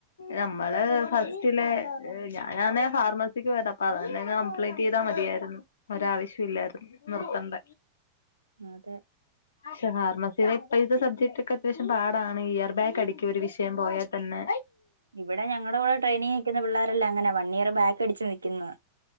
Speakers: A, on the left (about 65°); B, on the right (about 80°).
A: നമ്മള് ഫസ്റ്റില് ഞാനാന്നേ ഫാർമസിക്ക് വര അപ്പ അതന്നെ കംപ്ലയിന് തീതാ മതിയായിരുന്നു ഒരാവശ്യം ഇല്ലായിരുന്നു നിർത്തണ്ട
B: അതെ
A: ഷഹർമസ് ച ഇപ്പ ഇത്തെ സബ്ജക്റ്റ് ഒക്കെ അത്യാവശം പാടാണ് ഇയർ ബാക്ക് അടിക്കും ഒരു വിഷയം പോയാൽ തന്നെ
B: ഇവിടെ ഞങ്ങളുടെ കൂടെ ട്രെയിനിങ് നിൽക്കുന്ന പിള്ളോരല്ല അങ്ങനെ വൺ ഇയർ ബാക്ക് അടിച്ചു നിൽക്കുന്നത്